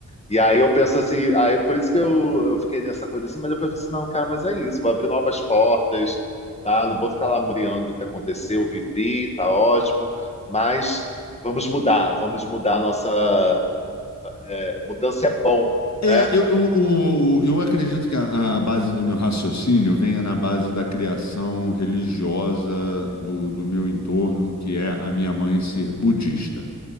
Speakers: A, on the left (about 20°); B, on the left (about 55°).
A: E aí eu penso assim, aí por isso que eu, eu fiquei nessa coisa assim, mas eu pensei, assim, não, cara, mas é isso, vou abrir novas portas, tá? Não vou ficar lá muriando o que aconteceu, vivi, tá ótimo, mas vamos mudar, vamos mudar a nossa. é, mudança é bom, né?
B: É, eu, eu, o- o- eu acredito que a, a base do meu raciocínio venha na base da criação religiosa do, do meu entorno, que é a minha mãe ser budista.